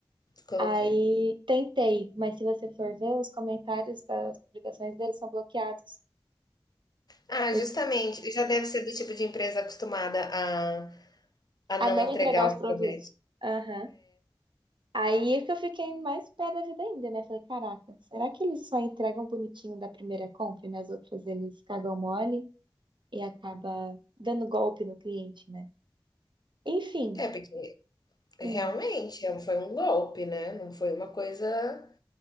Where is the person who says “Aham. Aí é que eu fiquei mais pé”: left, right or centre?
Right